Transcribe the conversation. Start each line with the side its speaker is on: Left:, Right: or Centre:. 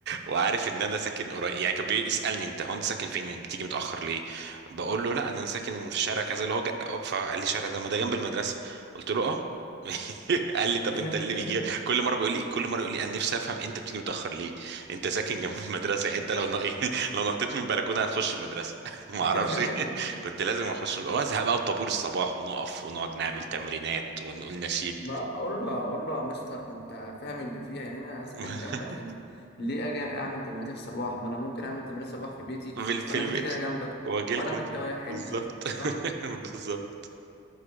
Right: وعارف ان انا ساكن قريب يعني كان بيسالني انت هو انت ساكن فين بتيجي متاخر ليه بقول له لا ده انا ساكن في شارع كذا اللي هو جا... فقال لي شارع ده ما ده جنب المدرسه قلت له اه <laughs> قال لي طب
Left: <laughs>
Right: انت اللي بيجي كل مره بيقول لي كل مره يقول لي انا نفسي افهم انت بتيجي متاخر ليه انت ساكن جنب المدرسه يعني انت لو ن... <laughs> يعني لو نطيت من البلكونه هتخش المدرسه <laughs> ما
Left: <laughs>
Right: اعرفش <laughs> كنت لازم اخش وازهق بقى وطابور الصباح ونقف ونقعد نعمل تمرينات ونقول نشيد
Left: ما اقول له اقول له يا مستر ما انت فاهم اللي فيها يعني انا
Right: <laughs>
Left: ساكن جنبك هنا ليه اجي اعمل تمرينات الصباح ما انا ممكن اعمل تمرينات الصباح في بيتي
Right: بال- في
Left: وانا
Right: البيت
Left: كده كده جنبك
Right: واجي
Left: وانا
Right: لكم
Left: وانت
Right: تاني
Left: واحد
Right: بالظبط
Left: يعني
Right: <laughs>
Left: اه
Right: بالظبط